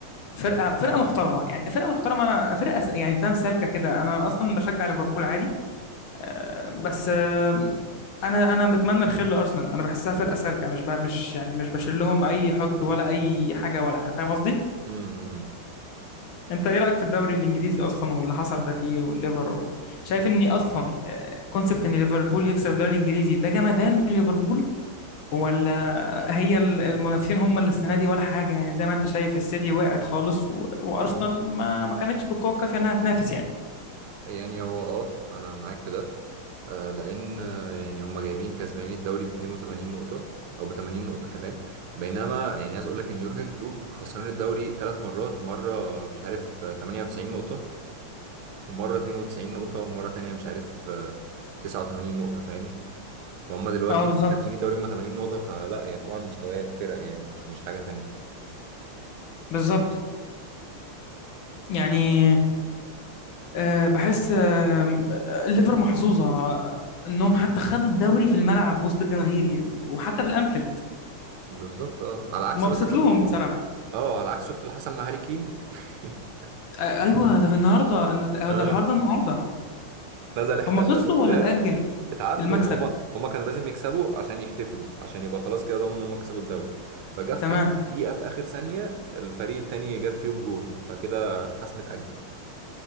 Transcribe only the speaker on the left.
فرقه فرقه محترمه يعني فرقه محترمه انا فرقه س- يعني فاهم سالكه كده انا اصلا بشجع ليفربول عادي آه، بس آه، انا انا بتمنى الخير لارسنال انا بحسها فرقه سالكه مش بقى مش يعني مش بشيل لهم اي حقد ولا اي حاجه ولا فاهم قصدي
انت ايه رايك في الدوري الانجليزي اصلا واللي حصل ده فيه والليفر و- شايف ان اصلا كونسبت ان ليفربول يكسب الدوري الانجليزي ده جمدان من ليفربول ولا هي ال- المنافسين هم اللي السنه دي ولا حاجه يعني زي ما انت شايف السيتي وقعت خالص و... وارسنال ما ما كانتش بالقوه الكافيه انها تنافس يعني
اه بالظبط
بالظبط يعني أه بحس آه، م- آه، الليفر محظوظه آه، انهم حتى خدوا الدوري في الملعب وسط الجماهير يعني وحتى في الانفيلد
مبسوط
لهم بصراحه
آه، ايوه ده في النهارده إن- هو
ده الحوار ده النهارده
هم خسروا ولا اتأجل
المكسب
تمام